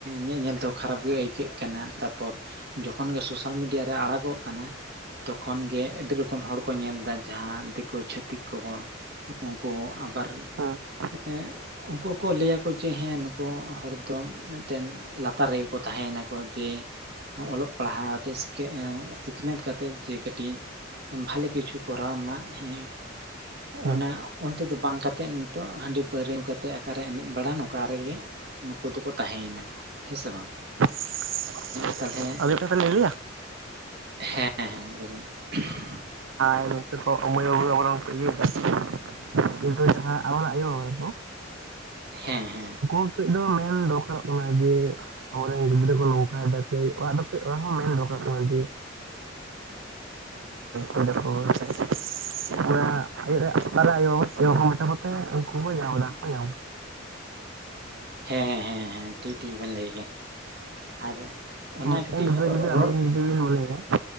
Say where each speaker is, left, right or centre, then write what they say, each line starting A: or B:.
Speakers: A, on the right; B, on the right.
A: ᱧᱮᱧᱮᱞ ᱛᱮᱦᱚ ᱠᱷᱟᱨᱟᱯ ᱜᱮ ᱟᱹᱭᱠᱟᱹᱜ ᱠᱟᱱᱟ ᱾ ᱛᱟᱯᱚᱨ ᱡᱚᱠᱷᱚᱱ ᱜᱮ ᱥᱳᱥᱟᱞ ᱢᱤᱰᱤᱭᱟ ᱨᱮ ᱟᱲᱟᱜᱼᱚᱜ ᱠᱟᱱᱟ ᱛᱚᱠᱷᱚᱱ ᱜᱮ ᱟᱹᱰᱤ ᱨᱚᱠᱚᱢ ᱦᱚᱲ ᱠᱚ ᱧᱮᱞ ᱮᱫᱟ ᱡᱟᱦᱟᱸ ᱫᱤᱠᱩ ᱪᱷᱟᱹᱛᱤᱠ ᱠᱚ ᱦᱚᱸ ᱩᱱᱠᱩ ᱟᱵᱟᱨ
B: ᱦᱮᱸ
A: ᱮᱸᱜ ᱩᱱᱠᱩ ᱩᱱ ᱠᱚ ᱞᱟᱹᱭᱟᱠᱚ ᱡᱮ, ᱦᱮᱸ ᱱᱩᱠᱩ ᱦᱚᱲ ᱫᱚ ᱢᱮᱫᱴᱮᱱ ᱞᱟᱛᱟᱨ ᱨᱮᱜᱮ ᱠᱚ ᱛᱟᱦᱮᱸᱭᱮᱱᱟ ᱠᱚ ᱡᱮ ᱚᱞᱚᱜ ᱯᱟᱲᱦᱟᱣ ᱛᱮ ᱥᱮᱠᱮ ᱥᱤᱠᱷᱱᱟᱹᱛ ᱠᱟᱛᱮᱫ ᱾ ᱡᱮ ᱠᱟᱹᱴᱤᱡ ᱵᱷᱟᱞᱮ ᱠᱤᱪᱷᱩ ᱠᱚᱨᱟᱣ ᱨᱮᱱᱟᱜ ᱦᱮᱸ
B: ᱦᱮᱸ
A: ᱚᱱᱟ ᱚᱱᱛᱮ ᱫᱚ ᱵᱟᱝ ᱠᱟᱛᱮᱫ ᱱᱤᱛᱚᱜ ᱦᱟᱺᱰᱤ ᱯᱟᱹᱣᱨᱟᱹ ᱧᱩ ᱠᱟᱛᱮᱫ ᱚᱠᱟᱨᱮ ᱮᱱᱮᱡ ᱵᱟᱲᱟ, ᱱᱚᱝᱠᱟ ᱨᱮᱜᱮ ᱱᱩᱠᱩ ᱫᱚᱠᱚ ᱛᱟᱦᱮᱸᱭᱮᱱᱟᱠᱚ ᱦᱮᱸ ᱥᱮ ᱵᱟᱝ?
B: <inaudible>
A: ᱛᱟᱦᱞᱮ,
B: ᱟᱫᱚ ᱢᱤᱫᱴᱟᱝ ᱠᱟᱛᱷᱟ ᱞᱤᱧ ᱞᱟᱹᱭᱟ
A: ᱦᱮᱸ ᱦᱮᱸ ᱞᱟᱹᱭᱵᱮᱱ ᱾
B: <unintelligible> ᱢᱟᱹᱭ ᱵᱟᱵᱩ ᱟᱵᱚ ᱨᱮᱱ ᱤᱭᱤᱷᱟᱨ <unintelligible> <inaudible> <inaudible> ᱱᱤᱛᱚᱜ‌ ᱡᱟᱦᱟ ᱟᱵᱚᱱᱟᱜ ᱤᱭᱟᱹ <unintelligible> ᱦᱚᱸ
A: ᱦᱮᱸ ᱦᱮᱸ ᱾
B: ᱱᱤᱛᱚᱜ ᱫᱚ ᱢᱮᱱ ᱫᱚᱨᱠᱟᱨᱚᱜ ᱠᱟᱱᱟ ᱡᱮ ᱟᱵᱚᱨᱮᱱ ᱜᱤᱫᱽᱨᱟᱹ ᱠᱚ ᱱᱚᱝᱠᱟᱭ ᱫᱟᱠᱚᱹᱡᱮ, ᱚᱲᱟᱜ ᱫᱚ ᱠᱟᱹᱡ ᱚᱲᱟᱜ ᱦᱚᱸ ᱢᱮᱱ ᱫᱚᱨᱠᱟᱨ ᱠᱟᱱᱟ ᱡᱮ ᱠᱩᱰᱮ ᱠᱷᱚᱵ <unintelligible> <inaudible> ᱤᱭᱟᱹ ᱨᱮ ᱟᱥᱛᱟ ᱨᱮ ᱟᱭᱳ ᱦᱚᱲ ᱪᱮᱫ ᱦᱚᱸ ᱵᱟᱠᱚ ᱢᱮᱛᱟ ᱠᱚ ᱛᱟᱦᱮᱜ ᱩᱱᱠᱩ ᱦᱚᱸ ᱧᱟᱢ ᱠᱟᱫᱟ ᱠᱚ ᱧᱟᱢ
A: ᱦᱮᱸ ᱦᱮᱸ ᱦᱮᱸ ᱴᱷᱤᱠ ᱴᱷᱤᱠ ᱵᱮᱱ ᱞᱟᱹᱭ ᱠᱟᱜ, ᱟᱨ ᱚᱱᱟ
B: ᱢᱮᱫᱴᱮᱱ
A: ᱠᱟᱹᱴᱤᱡ
B: ᱜᱤᱫᱽᱨᱟᱹ ᱡᱩᱫᱤ
A: ᱨᱚᱲ
B: ᱟᱵᱤᱱ ᱴᱷᱤᱠ ᱵᱤᱱ ᱢᱚᱱᱮᱭᱟ